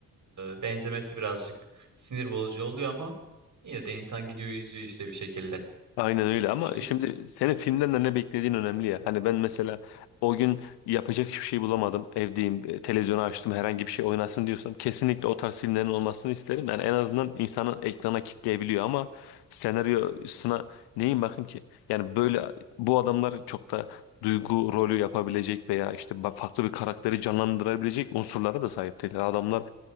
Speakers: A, on the right; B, on the left.
A: e, benzemesi birazcık sinir bozucu oluyor ama yine de insan gidiyor izliyor işte bir şekilde.
B: Aynen öyle ama
A: Şey,
B: şimdi senin filmden de ne beklediğin önemli ya. Hani ben mesela o gün yapacak hiçbir şey bulamadım. Evdeyim, e, televizyonu açtım herhangi bir şey oynasın diyorsam kesinlikle o tarz filmlerin olmasını isterim. Yani en azından insanın ekrana kitleyebiliyor ama senaryosuna neyin bakayım ki? Yani böyle bu adamlar çok da duygu rolü yapabilecek veya işte ba- farklı bir karakteri canlandırabilecek unsurlara da sahip değiller. Adamlar